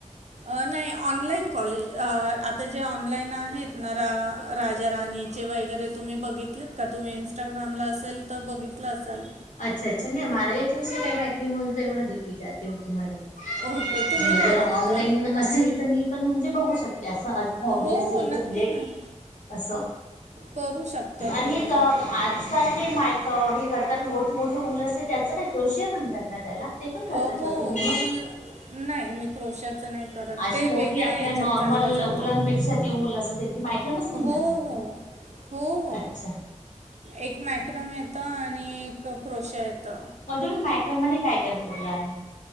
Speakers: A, on the right (about 65°); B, on the left (about 75°).
A: अ नाही ऑनलाईन कॉलेज अ आता जे ऑनलाईन आहेत ना? रा राजा राणीचे वगैरे तुम्ही बघितलेत का? तुम्ही इन्स्टाग्रामला असेल तर बघितलं असाल.
B: अच्छा अच्छा. नाही मला याच्याविषयी काही माहीत नाही म्हणून एवढ डिप विचारते मी तुम्हाला. <unintelligible>
A: ओके तुम्ही
B: म्हणजे
A: काय
B: जर
A: करता
B: ऑनलाईन असेल तर मी पण म्हणजे बघू शक ते असं आज हॉबी
A: हो
B: असेल
A: नक्की
B: तर म्हणजे
A: ना
B: असं
A: करू शकता
B: आणि
A: तुम्ही
B: एक अ आजकाल ते माय अ हे करतात मो <unintelligible> असे त्याचं काही <unintelligible> म्हणतात ना त्याला? ते पण करतात
A: हो
B: का तुम्ही मग?
A: ऊल नाही मी क्रोशात च नाही करत
B: अशी
A: ते
B: मोठी
A: वेगळं
B: आपल्या
A: याच्यात
B: नॉर्मल
A: चाललं जातं.
B: उलांपेक्षा ती ऊल असते ती मायक्रमच
A: हो
B: म्हणतात
A: हो.
B: ना तिला?
A: हो हो.
B: अच्छा
A: एक मॅक्रम ये येत आणि एक क्रोशा येतो
B: मग तुम्ही मायक्रोम मध्ये काय काय बनवलं आहे